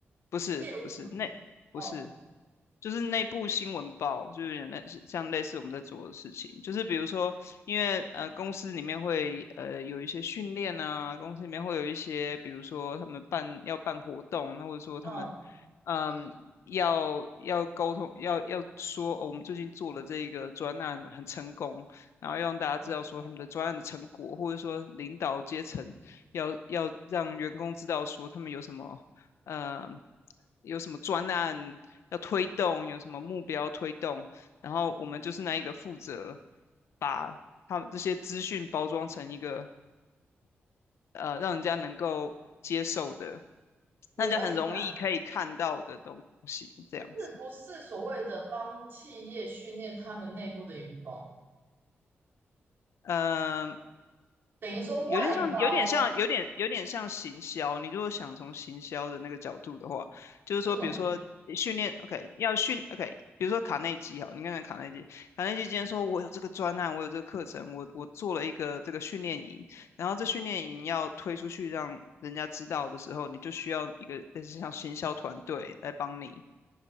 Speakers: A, on the left; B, on the right.
A: 不是不是内不是
B: 是业务吗？哦，
A: 就是内部新闻报，就是有点类似像类似我们在做的事情，就是比如说，因为呃公司里面会呃有一些训练啊，公司里面会有一些，比如说他们办要办活动，那或者说他们
B: 嗯
A: 嗯要要沟通，要要说、哦、我们最近做了这一个专案很成功，然后要让大家知道说他们的专案的成果，
B: 嗯，
A: 或者说领导阶层要要让员工知道说他们有什么呃有什么专案，要推动，有什么目标推动，然后我们就是那一个负责把他们这些资讯包装成一个呃让人家能够接受的，
B: 我问一下，
A: 让人家很容易可以看到的东西，这样子。
B: 是不是所谓的帮企业训练他们内部的员工，
A: 嗯、
B: 等于说外包
A: 有点像，有点像，有点有点像行销。你如果想从行销的那个角度的话，就是说，
B: 是什么？
A: 比如说呃训练，OK，要训，OK，比如说卡内基哈，你看看卡内基，卡内基今天说我有这个专案，我有这个课程，我我做了一个这个训练营，然后这训练营要推出去让人家知道的时候，你就需要一个类似像行销团队来帮你